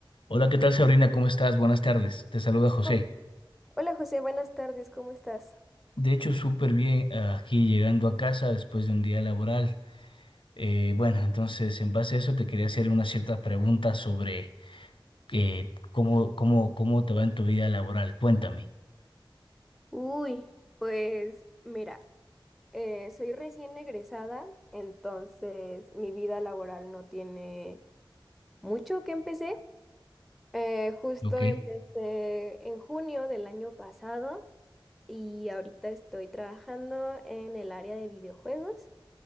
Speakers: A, on the left; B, in the centre.
A: Hola, ¿qué tal Sabrina? ¿Cómo estás? Buenas tardes. Te saluda José.
B: Hola Hola, José, buenas tardes, ¿cómo estás?
A: De hecho, súper bien ah, aquí llegando a casa después de un día laboral. Eh, bueno, entonces en base a eso te quería hacer una cierta pregunta sobre eh, cómo, cómo, cómo te va en tu vida laboral. Cuéntame.
B: Uy, pues mira, eh, soy recién egresada, entonces mi vida laboral no tiene mucho que empecé. Eh, justo
A: Ok.
B: empecé en junio del año pasado y ahorita estoy trabajando en el área de videojuegos.